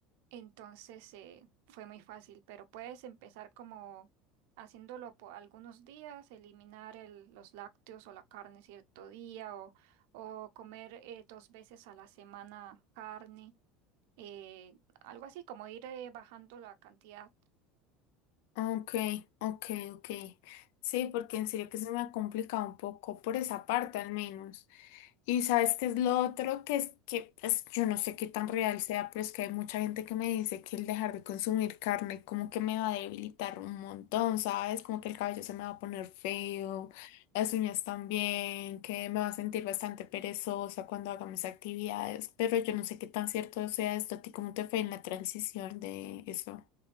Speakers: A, on the right; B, on the left.
A: Entonces eh, fue muy fácil, pero puedes empezar como haciéndolo por algunos días, eliminar el- los lácteos o la carne cierto día o, o comer eh, dos veces a la semana carne, eh, algo así como ir eh, bajando la cantidad.
B: Ok, ok, ok. Sí, porque en serio que se me ha complicado un poco por esa parte al menos. Y sabes qué es lo otro que es que pues, yo no sé qué tan real sea, pero es que hay mucha gente que me dice que el dejar de consumir carne como que me va a debilitar un montón, ¿sabes? Como que el cabello se me va a poner feo, las uñas también, que me va a sentir bastante perezosa cuando haga mis actividades, pero yo no sé qué tan cierto sea esto. ¿A ti cómo te fue en la transición de eso?